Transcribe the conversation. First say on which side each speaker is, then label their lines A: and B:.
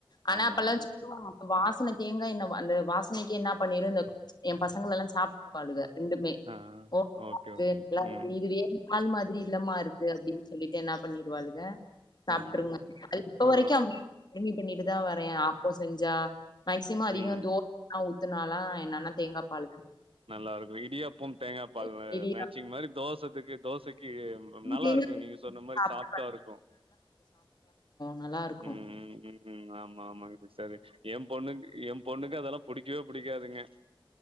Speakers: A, on the left; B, on the right.
A: ஆனா
B: ஆமா
A: அப்பலா
B: ஆமாங்க
A: சும்மா வாசனத் தேங்கா எண்ணெ வ அந்த வாசனைக்கே என்னா பண்ணிரு இந்த எ பசங்களெல்லா சாப்ட்பாளுக ரெண்டுமே
B: ஆ
A: <inaudible>
B: ஓகே
A: இருக்கு
B: ஓகே
A: நல்லா இருக்கு
B: ம்
A: இது வேற பால் மாதிரிலமா இருக்கு அப்டின் சொல்லி என்ன பண்ணிருவாளுக சாப்ட்ருங்க
B: ஆ
A: அது இப்ப
B: ஆ
A: வரைக்கம் இது பண்ணிட்டு தா வரே ஆப்போ செஞ்சா மேக்சிம அதிக
B: ம்
A: தோ <inaudible> லா ஊத்துனாலா என்னன்னா தேங்கா பால்
B: நல்லா இருக்கு இடியாப்பம் தேங்கா பால்
A: இ
B: வ
A: இடியாப்பம்
B: மேச்சிங் மாரி தோசத்துக்கு தோசைக் டிய நல்லா
A: தேங்கா
B: இருக்கு நீங்க சொன்ன மாரி
A: சாப்ட்டு
B: சாப்ட்டா இருக்கு
A: நல்லா இருக்கு
B: ம் ம் ஆமா ஆமாங்க பெருசாவே எ பொண்ணுக்கு எ பொண்ணுக்கு அதெல்லா புடிக்கவே புடிக்காதுங்க